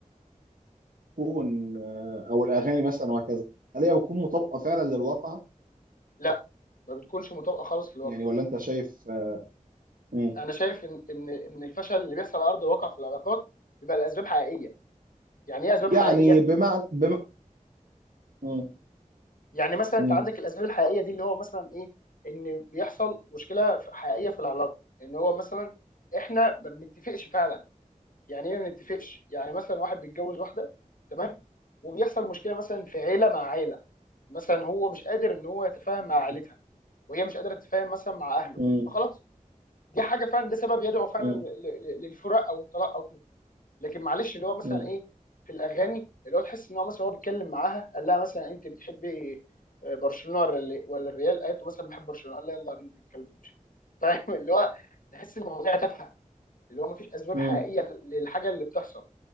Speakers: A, on the right; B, on the left.
A: بتكون آه، او الاغاني مثلا وهكذا هل هي بتكون مطابقه فعلا للواقع
B: لا ما بتكونش مطابقه خالص في الواقع
A: يعني ولا انت شايف آه، مم.
B: انا شايف ان ان ان الفشل اللي بيحصل على ارض الواقع في العلاقات بيبقى لاسباب حقيقيه يعني ايه اسباب
A: يعني
B: حقيقيه
A: بمعنى بم... مم.
B: يعني مثلا
A: مم.
B: انت عندك الاسباب الحقيقيه دي اللي هو مثلا ايه ان بيحصل مشكله في- حقيقيه في العلاقه ان هو مثلا احنا ما بنتفقش فعلا يعني ايه ما بنتفقش يعني مثلا واحد بيتجوز واحده تمام وبيحصل مشكله مثلا في عيله مع عيله مثلا هو مش قادر ان هو يتفاهم مع
A: مم.
B: عيلتها وهي مش قادره تتفاهم مثلا مع اهله
A: مم.
B: فخلاص دي حاجه فعلا ده سبب يدعو فعلا
A: مم.
B: ل- ل- للفراق او الطلاق او كده لكن معلش اللي هو مثلا
A: مم.
B: ايه في الاغاني اللي هو تحس ان هو مثلا هو بيتكلم معاها قال لها مثلا انت بتحبي برشلونه ولا ال- ولا الريال قالت له مثلا بحب برشلونه قال لها يلا يا بنت الكلب امشي <laughs> فاهم اللي هو تحس المواضيع تافهه اللي هو مفيش اسباب
A: مم.
B: حقيقيه للحاجه اللي بتحصل